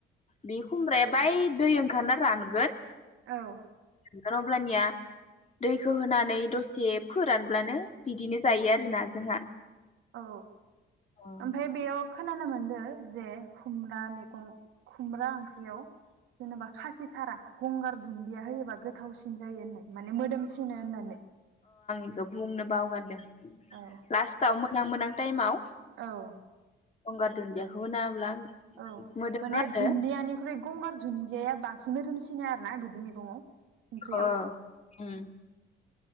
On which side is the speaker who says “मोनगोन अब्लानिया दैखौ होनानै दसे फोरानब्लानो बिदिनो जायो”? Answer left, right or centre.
Left